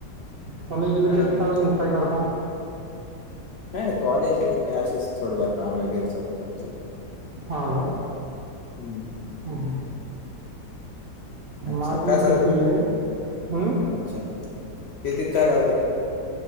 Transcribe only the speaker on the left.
काय
चालू आहे?
हा नाही कॉलेज आहेसच थोड फार काम वगैरे स करत.
हम्म
अच्छा
काय चालेल
अच्छा कती काय लावले.